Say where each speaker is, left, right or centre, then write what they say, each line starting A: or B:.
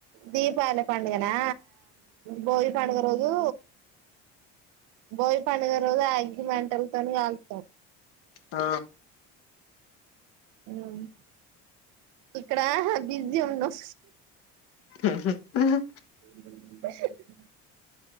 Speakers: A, on the right; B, on the left.
A: దీపావళి పండుగనా భోగి పండుగ రోజు భోగి పండుగ రోజు అగ్గి మంటలతోని కాల్తం
B: ఆ
A: ఉమ్ ఇక్కడ బీజి ఉన్నం
B: ఉహు ఉహు
A: <inaudible>